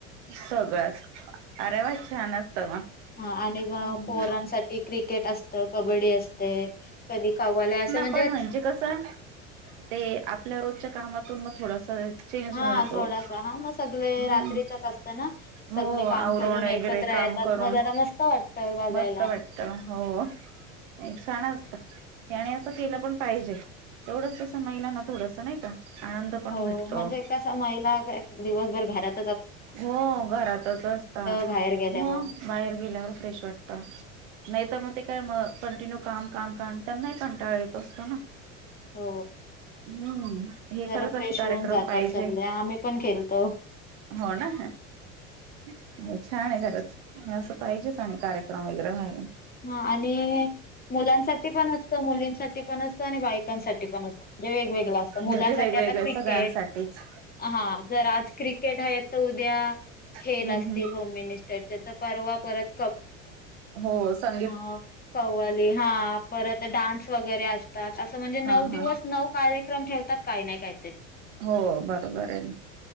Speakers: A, on the right; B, on the left.
A: सगळंच, अरे वा छान असतं मग.
B: हा आणि मग
A: हम्म
B: पोरांसाठी क्रिकेट असत, कबड्डी असते, कधी कव्वाल्या असं म्हण
A: आपण म्हणजे कस ते आपल्या रोजच्या कामातून मग थोडस चांगलं
B: हा
A: मिळतो,
B: थोडासा
A: हुम्म.
B: हा मग सगळे रात्रीचच असतं ना. सगळे
A: हो
B: काम
A: आवरुनं
B: करून एकत्र
A: वगैरे काम
B: येतात
A: करून
B: मग जरा मस्त वाटतय बघायला.
A: मस्त वाटत हो. हो एक सणच याने असं केलं पण पाहिजे, एवढंच कस महिलांना थोडस नाही का? आनंद पण
B: हो
A: भेटतो
B: म्हणजे कस, महिला दिवसभर घरात
A: हो घरातच असता,
B: बाहेर गेल्यावर
A: मग बाहेर गेल्यावर फ्रेश वाटत. नाही तर मग ते काय मग कंटिन्यू काम, काम, काम, त्यांनाही कंटाळा येत असतो ना?
B: हो.
A: हम्म हे
B: जरा
A: खरंच
B: फ्रेश
A: असे कार्यक्रम
B: होऊन जातात
A: पाहिजे
B: सगले, आम्ही पण खेलतो.
A: हो ना? छान आहे घराचं, असं पाहिजेच आणि कार्यक्रम वगैरे व्हायला.
B: हा आणि मुलांसाठी पण असत, मुलींसाठी पण असत, आणि बाईकांसाठी पण असत. म्हणजे वेगवेगळ असतं, मुलांसाठी
A: म्हणजे वेगवेगळे
B: आता क्रिकेट
A: सगळ्यांसाठीच
B: हा जर आज क्रिकेट आहे, तर उद्या खेल
A: हम्म
B: असतील
A: हम्म
B: होम मिनिस्टरचे, तर परवा परत
A: हो सं
B: हा कव्वाली हा, परत डान्स वगैरे असतात, असं म्हणजे नऊ
A: हा
B: दिवस
A: हा
B: नऊ कार्यक्रम ठेवतात काई ना काई.
A: हो बरोबर आहे ना,